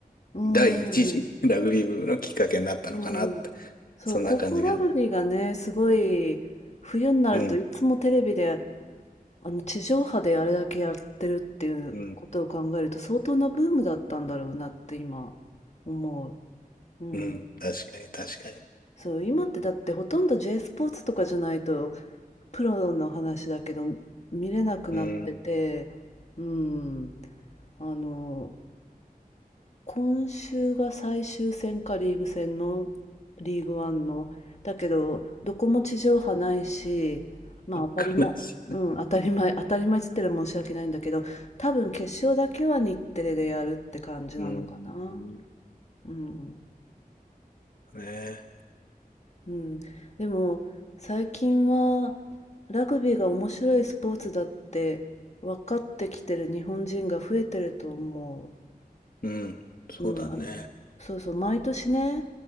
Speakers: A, on the left; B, on the left.
A: うーん。
B: 第一次 <laughs> ラグビーブームのきっかけになったのかなって。
A: うーん。そう、
B: そんな感じが。
A: 高校ラグビーがね、すごい、冬になるといつもテレビで、
B: うん。
A: あの、地上波であれだけやってるっていうことを考えると、
B: うん。
A: 相当なブームだったんだろうなって今思う。うん。
B: うん。確かに、確かに。
A: そう、今ってだってほとんど J スポーツとかじゃないと、プロの話だけど、見れなくなってて、
B: うん。
A: うん。あの、今週が最終戦かリーグ戦のリーグワンのだけどどこも地上波ないしまあ当たり前、
B: 悲しい。
A: うん、当たり前当たり前っつったら申し訳ないんだけど多分決勝だけは日テレでやるって感じなのかな
B: うん。
A: うん
B: ね
A: うんでも最近はラグビーが面白いスポーツだって分かってきてる日本人が増えてると思
B: うん。そうだね。
A: ううんあのそうそう毎年ね